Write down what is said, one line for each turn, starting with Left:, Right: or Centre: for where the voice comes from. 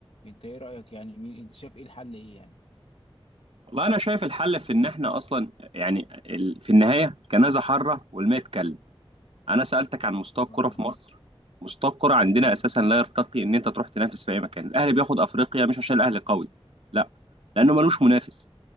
Left: انت ايه رايك يعني مين انت شايف ايه الحل ايه يعني
Right: والله انا شايف الحل في ان احنا اصلا يعني ال... في النهاية كنازة حرة والماء اتكلم انا سألتك عن مستوى الكرة
Left: اه
Right: في مصر مستوى الكرة عندنا اساسا لا يرتقي ان انت تروح تنافس في اي مكان الاهلي بياخد افريقيا مش عشان الاهلي قوي لا لانه ملوش منافس